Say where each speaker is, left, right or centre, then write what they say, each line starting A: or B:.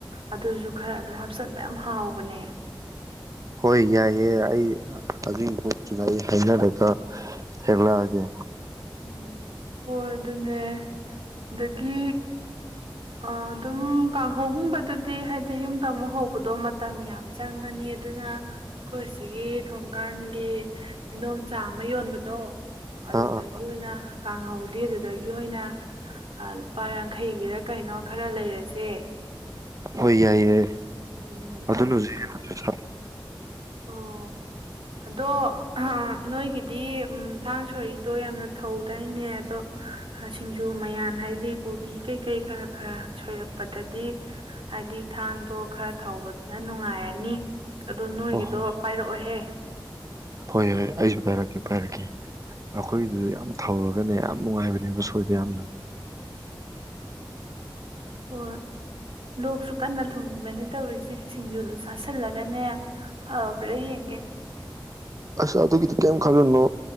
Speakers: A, on the right; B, on the right.
A: ꯑꯗꯨꯁꯨ ꯈꯔ ꯑꯗꯨꯝ ꯍꯥꯞꯆꯟꯕ ꯌꯥꯝ ꯍꯥꯎꯕꯅꯦ
B: ꯍꯣꯏ ꯌꯥꯏꯑꯦ ꯑꯩ ꯑꯗꯨꯒꯤ ꯒ꯭ꯔꯨꯞꯇꯨꯗ ꯑꯩ ꯍꯥꯏꯅꯔꯒ ꯍꯦꯛꯂꯛꯑꯒꯦ
A: ꯎꯝ ꯍꯣꯏ ꯑꯗꯨꯅꯦ ꯑꯗꯒꯤ ꯑꯥ ꯑꯗꯨꯝ ꯀꯥꯡꯍꯧꯒꯨꯝꯕꯗꯨꯗꯤ ꯍꯥꯏꯗꯤ ꯁꯤ ꯌꯨꯝꯗ ꯑꯃꯨꯛ ꯍꯧꯕꯗꯣ ꯃꯠ ꯃꯇꯝ ꯌꯥꯝ ꯆꯪꯉꯅꯤ ꯑꯗꯨꯅ ꯑꯩꯈꯣꯏ ꯁꯤꯒꯤ ꯊꯣꯡꯒꯥꯟꯒꯤ ꯏꯗꯣꯝꯆꯥ ꯑꯃ ꯌꯣꯟꯕꯗꯣ ꯑꯗꯨꯗꯒꯤ
B: ꯑꯥ ꯑꯥ
A: ꯑꯣꯏꯅ ꯀꯥꯡꯍꯧ ꯑꯗꯨꯗꯤ ꯑꯗꯨꯗꯒꯤ ꯑꯣꯏꯅ ꯑꯥ ꯂꯨꯄꯥ ꯌꯥꯡꯈꯩꯒꯤꯔꯥ ꯀꯩꯅꯣ ꯈꯔ ꯂꯩꯔꯖꯦ
B: ꯍꯣꯏ ꯌꯥꯏꯌꯦ
A: ꯎꯝ
B: ꯑꯗꯨꯅꯁꯨ
A: ꯑꯗꯨꯗꯨꯒ
B: ꯍꯦꯟꯅ ꯄꯩꯁꯥ
A: ꯑꯣ ꯑꯗꯣ ꯑꯍ ꯅꯣꯏꯒꯤꯗꯤ ꯊꯥꯡ ꯁꯣꯔꯤꯗꯣ ꯌꯥꯝꯅꯥ ꯊꯧꯗꯥꯏꯅꯦ ꯑꯗꯣ ꯁꯤꯡꯖꯨ ꯃꯌꯥꯟ ꯍꯥꯢꯗꯤ ꯀꯣꯕꯤꯀꯩ ꯀꯩ ꯈꯔ ꯈꯔ ꯁꯣꯏꯔꯛꯄꯗꯗꯤ ꯍꯥꯏꯗꯤ ꯊꯥꯡꯗꯣ ꯈꯔ ꯊꯧꯕꯗꯨꯅ ꯅꯨꯡꯉꯥꯏꯔꯅꯤ ꯑꯗꯣ ꯅꯣꯏꯒꯤ
B: ꯍꯣꯏ
A: ꯇꯣ ꯄꯥꯏꯔꯛꯑꯣꯍꯦ
B: ꯍꯣꯏ ꯍꯣꯏ ꯑꯩꯁꯨ ꯄꯥꯏꯔꯛꯀꯦ ꯄꯥꯏꯔꯛꯀꯦ ꯑꯩꯈꯣꯏꯗꯨꯗꯤ ꯌꯥꯝ ꯊꯧꯔꯒꯅꯦ ꯌꯥꯝ ꯅꯨꯡꯉꯥꯏꯕꯅꯦꯕ ꯁꯣꯏꯕ ꯌꯥꯝꯅ
A: ꯑꯣꯠ ꯂꯣꯛꯁꯨ ꯀꯟꯅ ꯊꯨꯡꯏ ꯕꯅꯤ ꯇꯧꯔꯤꯁꯦ ꯁꯤꯡꯖꯨꯗꯣ ꯆꯥꯁꯤꯜꯂꯒꯅꯦ ꯐꯕ꯭ꯔꯥ ꯌꯦꯡꯒꯦ
B: ꯑꯁ ꯑꯗꯨꯒꯤꯗꯤ ꯀꯔꯤꯝ ꯈꯜꯂꯨꯅꯣ